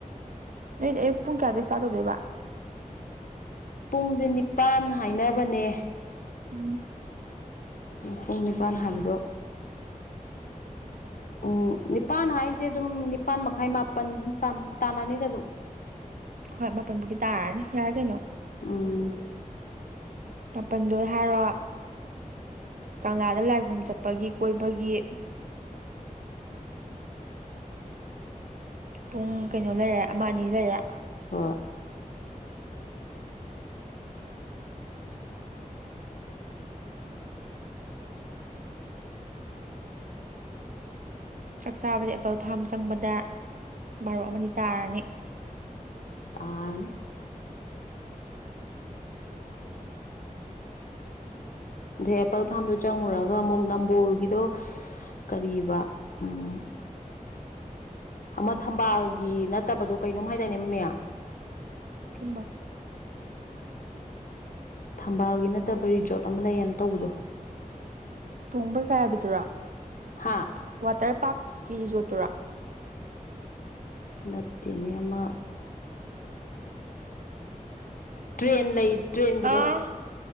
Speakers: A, on the right; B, on the left.
A: ꯅꯣꯏꯗꯤ ꯑꯌꯨꯛ ꯄꯨꯡ ꯀꯌꯥꯗꯩ ꯁ꯭ꯇꯥꯔꯠ ꯇꯧꯗꯣꯏꯕ
B: ꯄꯨꯡꯖꯦ ꯅꯤꯄꯥꯜ ꯍꯥꯏꯅꯕꯅꯦ
A: ꯎꯝ
B: ꯄꯨꯡ ꯅꯤꯄꯥꯜ ꯍꯥꯏꯕꯗꯣ ꯎꯝ ꯅꯤꯄꯥꯥꯟ ꯍꯥꯏꯁꯦ ꯑꯗꯨꯝ ꯅꯤꯞꯥꯟ ꯅꯤꯄꯥꯥꯟ ꯃꯈꯥꯏ ꯃꯥꯄꯟ ꯑꯗꯨꯝ ꯇꯥꯟꯅ ꯅꯤꯗ ꯑꯗꯨꯝ
A: ꯍꯣꯏ ꯃꯥꯄꯟꯕꯨꯗꯤ ꯇꯥꯔꯅꯤ ꯌꯥꯔꯦ ꯀꯩꯅꯣ
B: ꯎꯝ
A: ꯃꯥꯄꯟꯗꯣ ꯍꯥꯏꯔꯣ ꯀꯪꯂꯥꯗ ꯂꯥꯏꯈꯣꯝ ꯆꯠꯄꯒꯤ ꯀꯣꯏꯕꯒꯤ ꯄꯨꯡ ꯀꯩꯅꯣ ꯂꯩꯔꯦ ꯑꯃ ꯑꯅꯤ ꯂꯩꯔꯦ
B: ꯍꯣꯏ
A: <inaudible> ꯆꯥꯛ ꯆꯥꯕꯗꯤ ꯑꯦꯄꯜ ꯐꯥꯝ ꯆꯪꯕꯗ ꯕꯥꯔꯣ ꯑꯃꯗꯤ ꯇꯥꯔꯅꯤ
B: ꯇꯥꯔꯅꯤ ꯑꯗꯩ ꯑꯦꯄꯜ ꯐꯥꯝꯗꯣ ꯆꯪꯉꯨꯔꯒ ꯑꯃꯨꯛ ꯅꯝꯕꯣꯜꯒꯤꯗꯣ ꯀꯔꯤꯕ ꯎꯝ ꯑꯃ ꯊꯝꯕꯥꯜꯒꯤ ꯅꯠꯇꯕꯗꯣ ꯀꯩꯅꯣꯝ ꯍꯥꯏꯗꯥꯏꯅꯦ ꯃꯃꯤꯡ
A: ꯊꯝꯕꯥꯜ
B: ꯊꯝꯕꯥꯜꯒꯤ ꯅꯠꯇꯕ ꯔꯤꯖꯣꯔꯠ ꯑꯃ ꯂꯩꯌꯦꯅ ꯇꯧꯕꯗꯣ
A: ꯇꯣꯡꯕꯩ ꯀꯥꯌꯥꯕꯤꯗꯨꯔꯣ
B: ꯍꯥꯥ
A: ꯋꯥꯇꯔ ꯄꯥꯔꯛꯀꯤ ꯔꯤꯖꯣꯔꯠꯇꯨꯔꯣ
B: ꯅꯠꯇꯦꯅꯦ ꯑꯃ ꯇ꯭ꯔꯦꯟ ꯂꯩ ꯇ꯭ꯔꯦꯟꯒꯤꯗꯣ
A: ꯑꯥ